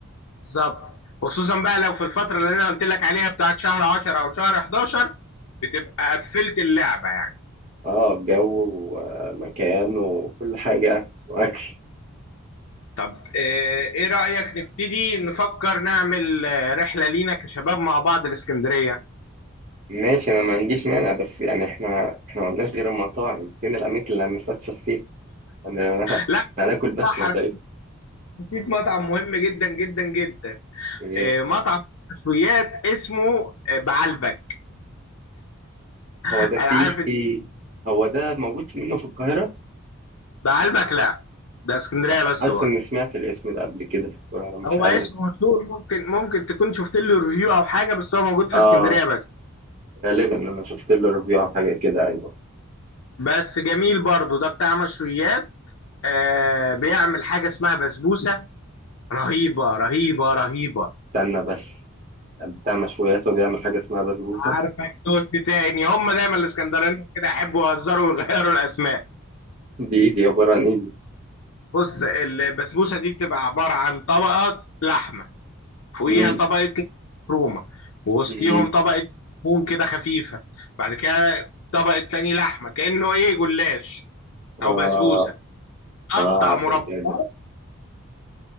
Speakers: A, on the left (about 70°); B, on the right (about 35°).
A: بالظبط وخصوصا بقى لو في الفترة اللي أنا قلت لك عليها بتاعت شهر 10 أو شهر 11 بتبقى قفلت اللعبة يعني
B: اه جو ومكان وكل حاجة وأكل
A: طب آه، إيه رأيك نبتدي نفكر نعمل آه، رحلة لينا كشباب مع بعض الإسكندرية
B: ماشي أنا ما عنديش مانع بس يعني إحنا إحنا ما قلناش غير المطاعم فين الأماكن اللي هنتفسح فيها؟ أنا
A: لا
B: <laughs> هناكل بس
A: صح
B: ولا
A: أنا
B: إيه؟
A: نسيت مطعم مهم جدا جدا جدا
B: إيه
A: آه، مطعم مشويات اسمه آه، بعلبك
B: هو
A: انا
B: ده فيه
A: عارف
B: هو ده موجود منه في القاهرة؟
A: بعلبك لا ده اسكندريه
B: أص-
A: بس
B: حاسس
A: بره
B: إني سمعت الاسم ده قبل كده في القاهرة مش
A: هو
B: عارف
A: اسمه مشهور ممكن ممكن تكون شفت له ريفيو او حاجه بس هو موجود في
B: آه
A: اسكندريه بس
B: غالبا أنا شفت له ريفيو عن حاجة كده أيوه
A: بس جميل برضو ده بتاع مشويات آه بيعمل حاجه اسمها بسبوسه رهيبه رهيبه رهيبه
B: استنى بس بتاع مشويات وبيعمل حاجة اسمها بسبوسة
A: عارفك توت تاني هم دايما الاسكندرانيين كده يحبوا يهزروا ويغيروا الاسماء
B: دي دي عبارة عن إيه دي؟
A: بص البسبوسه دي بتبقى عباره عن طبقات لحمه فوقيها
B: مم.
A: طبقة مفرومة ووسطيهم
B: مم.
A: طبقة دهون كده خفيفة بعد كده طبقة تاني لحمة كأنه ايه جلاش
B: آه
A: او بسبوسة تقطع
B: اه عشان
A: مربعات
B: كده